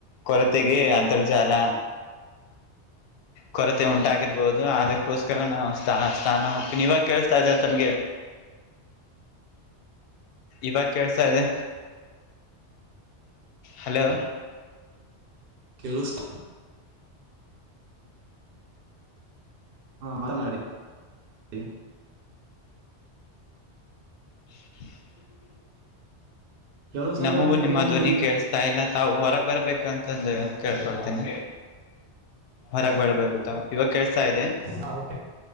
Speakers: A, on the left; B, on the right.
A: ಕೊರತೆಗೆ ಅಂತರ್ಜಾಲ. ಕೊರತೆ ಉಂಟಾಗಿರ್ಬೋದು ಅದಕ್ಕೋಸ್ಕರ ನಾವು. ಸ್ಥಾನ ಹೋಗ್ತಿನಿ ಈವಾಗ ಕೇಳಸ್ತಾಯಿದ್ದ ತಮಗೆ. ಇವಾಗ ಕೆಳಸ್ತಾ ಇದೆ. ಹಲೋ.
B: ಕೇಳುಸ್ತ. ಹಾ ಮಾರನಾಡಿ ಡಿ
A: <inaudible>
B: ಕೇಳಿಸಲ್ಲ
A: ನಮಗೂ
B: ನಿಮ್
A: ನಿಮ್ಮ
B: ಕರೆ ನಮಗೆ
A: ಧ್ವನಿ
B: ಈಗ
A: ಕೇಳ್ಸ್ತಾ ಇಲ್ಲ ತಾವು ಹೊರಗ್ ಬರ್ಬೇಕ ಅಂತಂದ ಕೇಳ್ಕೊತ್ತೇನೆ. ಹೊರಗ ಬೆಳಬೇಕು ತಾವ. ಇವಾಗ ಕೆಳಸ್ತಾ ಇದೆ.
B: ಹಾವುಟೆಕ್